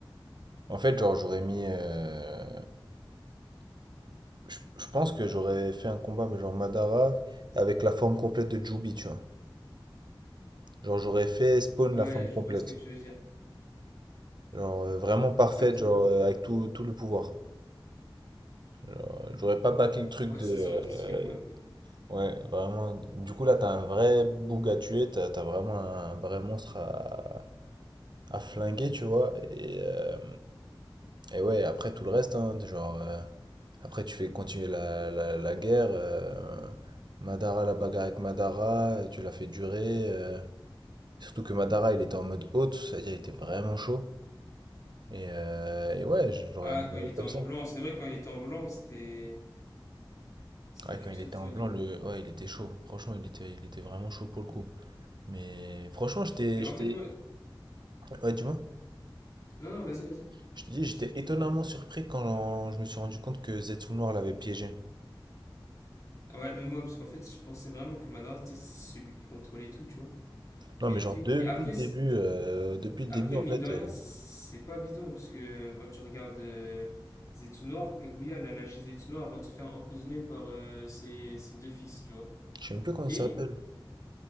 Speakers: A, on the right (about 55°); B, on the left (about 35°).
A: En fait, genre, j'aurais mis. euh, Je, je pense que j'aurais fait un combat, mais genre Madara avec la forme complète de Jubi, tu vois. Genre, j'aurais fait Spawn
B: Ouais,
A: la forme
B: je
A: complète.
B: vois ce que tu veux dire.
A: Genre, euh, vraiment parfaite,
B: Exactement.
A: genre, euh, avec tout, tout le pouvoir. Genre, euh, j'aurais pas bâclé le truc
B: Ouais,
A: de.
B: ça,
A: euh,
B: ça aurait été stylé pour le coup.
A: Ouais, vraiment. Du coup, là, t'as un vrai boug à tuer. T'as, t'as vraiment un vrai monstre à à flinguer, tu vois. Et, euh, et ouais, après tout le reste, hein, genre, euh, après tu fais continuer la, la, la guerre. euh, Madara, la bagarre avec Madara, euh, tu l'as fait durer. euh, surtout que Madara, il était en mode haute, c'est-à-dire il était vraiment chaud. Et, euh, et ouais, je l'aurais
B: Ah,
A: amélioré
B: quand il était
A: comme
B: en
A: ça.
B: blanc, c'est vrai, quand il était en blanc, c'était. C'était
A: Ouais,
B: du
A: quand il
B: très
A: était
B: très
A: en
B: haut
A: blanc,
B: niveau.
A: le... ouais, il était chaud. Franchement, il était, il était vraiment chaud pour le coup. Mais franchement, j'étais,
B: Et en
A: j'étais...
B: fait, ouais,
A: Ouais, dis-moi.
B: Non, non, vas-y, vas-y,
A: Je te dis, j'étais
B: je t'ai coupé.
A: étonnamment surpris quand je me suis rendu compte que Zetsu Noir l'avait piégé.
B: Ah Ouais, mais moi, parce qu'en fait, je pensais vraiment que Madara, c'était celui qui contrôlait tout, tu vois.
A: Non,
B: Mais
A: mais
B: le
A: genre
B: fait
A: depuis
B: qu'il. Après,
A: le début,
B: c'est-
A: euh, depuis le
B: après,
A: début en
B: mine
A: fait,
B: de rien,
A: euh,
B: c'est pas bidon, parce que quand tu regardes euh, Zetsunor, Kaguya l'a lâché Zetsunor avant de se faire emprisonner par euh, ses, ses deux fils, tu vois.
A: je sais même plus comment il
B: Et,
A: s'appelle.